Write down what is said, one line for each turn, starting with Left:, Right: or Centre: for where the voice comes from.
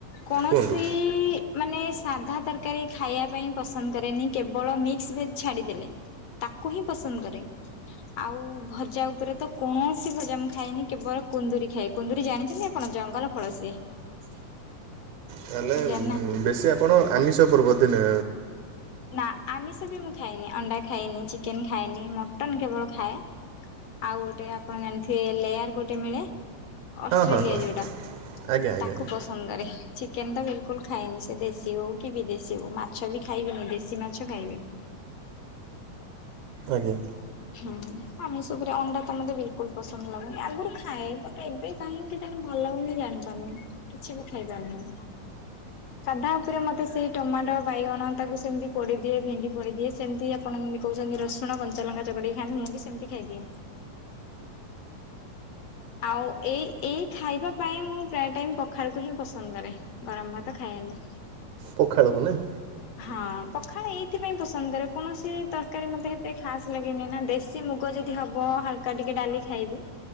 Left: କୌଣସି
Right: କୁହନ୍ତୁ।
Left: ମାନେ ସାଧା ତରକାରୀ ଖାଇବା ପାଇଁ ପସନ୍ଦ କରେନି କେବଳ ମିକ୍ସ ଭେଜ ଛାଡିଦେଲେ। ତାକୁ ହିଁ ପସନ୍ଦ କରେ। ଆଉ ଭଜା ଉପରେ ତ କୌଣସି ଭଜା ମୁଁ ଖାଇଏନି କେବଳ କୁନ୍ଦୁରି ଖାଏ କୁନ୍ଦୁରି ଜାଣିଛନ୍ତି ଆପଣ ଜଙ୍ଗଲ ଫଳ ସିଏ?
Right: ତାହେଲେ
Left: ଜାଣିନାହାନ୍ତି
Right: ବେଶୀ ଆପଣ ଆମିଷ ପୂର୍ବର୍ତ୍ତିନେ
Left: ନା ଆମିଷ ବି ମୁଁ ଖାଇନି ଅଣ୍ଡା ଖାଇନି ଚିକେନ୍ ଖାଏନି ମଟନ୍ କେବଳ ଖାଏ। ଆଉ ଗୋଟେ ଆପଣ ଜାଣି ଥିବେ ଲେୟାର ଗୋଟେ ମିଳେ? ଅଷ୍ଟ୍ରେଲିଆ
Right: ହଁ ହଁ
Left: ଯୋଉଟା
Right: ଆଜ୍ଞା ଆଜ୍ଞା
Left: ତାକୁ
Right: ଆଜ୍ଞା
Left: ପସ ରେ ଚିକେନ ତ ବିଲକୁଲ ଖାଏନି ସେ ଦେଶୀ ହଉ କି ବିଦେଶୀ ହଉ ମାଛ ବି ଖାଇବନି ଦେ <unintelligible> ଶୀ ମାଛ ଖାଏନି।
Right: ଆଜ୍ଞା।
Left: ହୁଁ ଆମିଷ ଉପରେ ଅଣ୍ଡା ତ ମତେ ବ ପସନ୍ଦ ଲାଗୁନି ଆଗରୁ ଖାଏ ବଟ ଏବେ କାହିଁକି କେଜାଣି ଭଲ ଲାଗୁନି ଜାଣିପାରୁନି। କିଛି ବି ଖାଇପାରୁନି।
Right: ଁ <inaudible>
Left: ସାଧା ଉପରେ ମତେ ସେଇ ଟମାଟୋ ବାଇଗଣ ତାକୁ ସେମିତି ପୋଡିଦିଏ ଭେଣ୍ଡି ପୋଡ଼ିଦିଏ ସେମିତି ଆପଣ ମୁମି କହୁଛନ୍ତି ରସୁଣ କଞ୍ଚଲଙ୍ଗା ଚକଟି କି ଖାଆନ୍ତି ମୁଁ ବିି ସେମିତି ଖାଇଦିଏ ଆଉ ଏଇ ଏଇ ଖାଇବା ପାଇଁ ମୁଁ ପ୍ରାୟ ଟାଇମ ପଖାଳକୁ ହିଁ ପସନ୍ଦ କରେ। ଗରମ ଭାତ ଖାଏନି।
Right: ପଖାଳକୁ ନାଇଁ
Left: ହଁ ପଖାଳ ଏଇଥିପାଇଁ ପସନ୍ଦ କରେ କୌଣସି ତ ତରକାରୀ ମୋତେ ଏତେ ଖାସ୍ ଲାଗେନି ନା ଦେଶୀ ମୁଗ ଯଦି ହବ ହାଲକା ଟିକେ ଡାଲି ଖାଇବି